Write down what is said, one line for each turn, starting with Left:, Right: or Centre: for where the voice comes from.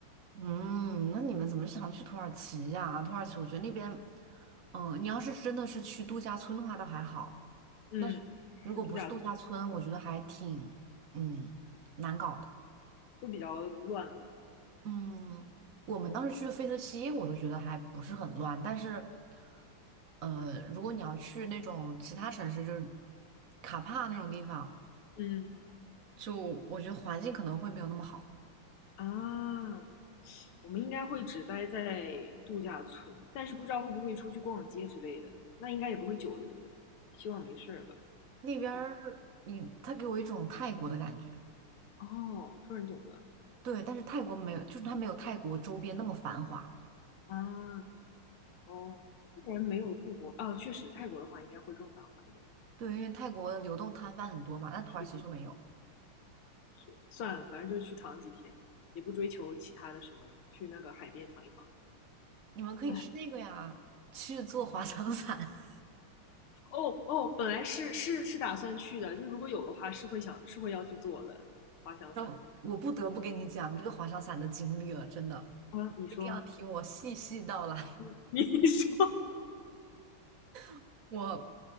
Right: 嗯，那你们怎么想去土耳其呀？土耳其，我觉得那边，嗯、你要是真的是去度假村的话，倒还好。
Left: 嗯，
Right: 但是如果不是度假村，
Left: 是度假村
Right: 我觉得还挺，嗯，难搞的。
Left: 会比较乱吗？
Right: 嗯，我们当时去的费特希耶我都觉得还不是很乱。但是，呃，如果你要去那种其他城市，就是卡帕那种地方，
Left: 嗯
Right: 就我觉得环境可能会没有那么好。
Left: 啊，我们应该会只待在度假村，但是不知道会不会出去逛街之类的，那应该也不会久留的，希望没事儿吧。
Right: 那边儿，
Left: 哎，
Right: 你，它给我一种泰国的感觉。
Left: 哦，突然懂了
Right: 对，但是泰国没有，就是它没有泰国周边那么繁华。
Left: 啊，哦，不然没有泰国啊，确实泰国的话应该会更繁华一点。
Right: 对，因为泰国流动摊贩很多嘛，那土耳其就没有。
Left: 是是，算了，反正就是去躺几天，也不追求其他的什么了，去那个海边躺一躺。
Right: 你们可以去那个呀，
Left: 哎，
Right: 去做滑翔伞。<laughs>
Left: 哦哦，本来是是是打算去的，就如果有的话，是会想是会要去做的。滑翔伞
Right: 让我不得不跟你讲这个滑翔伞的经历了，真的，
Left: 啊，你说
Right: 一定要听我细细道来。
Left: <laughs> 你说，
Right: <laughs> 我